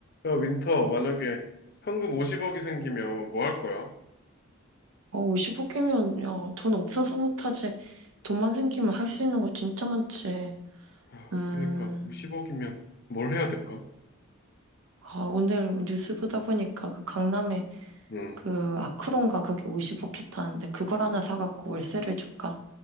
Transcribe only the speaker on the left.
야, 윈터, 만약에 현금 50억이 생기면 뭐 할 거야?
아,
그니까, 50억이면 뭘 해야 될까?
응,